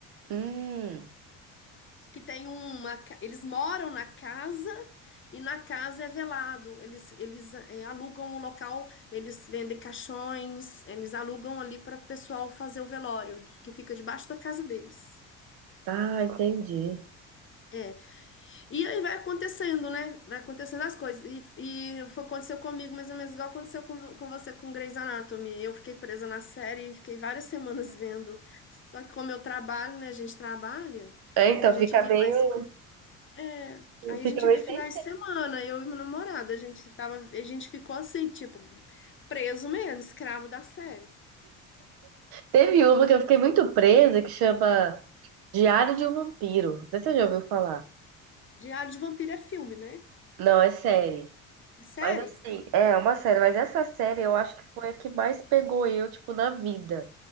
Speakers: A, on the right; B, on the left.
A: Hum.
B: Que tem uma. ca- Eles moram na casa e na casa é velado. Eles, eles é, alugam o local, eles vendem caixões, eles alugam ali para o pessoal fazer o velório, que fica debaixo da casa deles.
A: Ah, entendi.
B: É. E aí vai acontecendo, né? Vai acontecendo as coisas. E, e foi, aconteceu comigo mais ou menos igual aconteceu com, com você com Grey's Anatomy. Eu fiquei presa na série e fiquei várias semanas <laughs> vendo. Só que como eu trabalho, né? A gente trabalha,
A: É, então
B: a gente
A: fica
B: via
A: meio.
B: mais. É, aí
A: Fica
B: a gente
A: meio
B: via
A: sem.
B: finais de semana, eu e meu namorado. A gente tava, a gente ficou assim, tipo, preso mesmo, escravo da série.
A: Teve uma que eu fiquei muito presa que chama Diário de um Vampiro. Não sei se você já ouviu falar.
B: Diário de Vampiro é filme, né?
A: Não, é série.
B: É série?
A: Mas assim, é uma série, mas essa série eu acho que foi a que mais pegou eu, tipo, na vida.